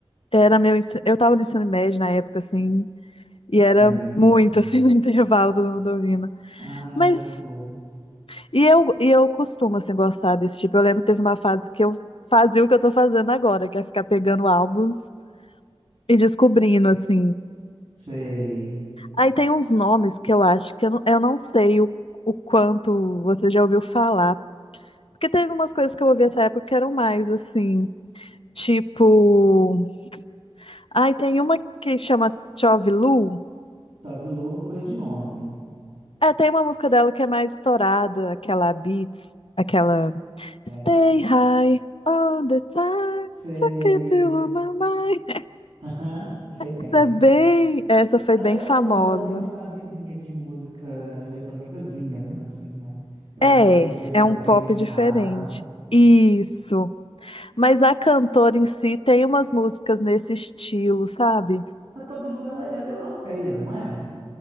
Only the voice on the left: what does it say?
Era meu, ensi- eu tava no ensino médio na época, assim, e era
muito, assim, <laughs> no intervalo, todo mundo ouvindo.
Mas,
e eu, e eu costumo, assim, gostar desse tipo. Eu lembro que teve uma fase que eu fazia o que eu tô fazendo agora, que é ficar pegando álbuns e descobrindo, assim.
Aí tem uns nomes que eu acho que eu não, eu não sei o, o quanto você já ouviu falar. Porque teve umas coisas que eu ouvi nessa época que eram mais, assim, tipo. Ai, tem uma que chama Chove Lu.
É, tem uma música dela que é mais estourada, aquela Beats, aquela
Stay
High all the time
to keep you on my mind.
Essa é bem, essa foi
bem
famosa.
É,
é
um pop
diferente. Isso. Mas a cantora em si tem umas músicas nesse estilo, sabe?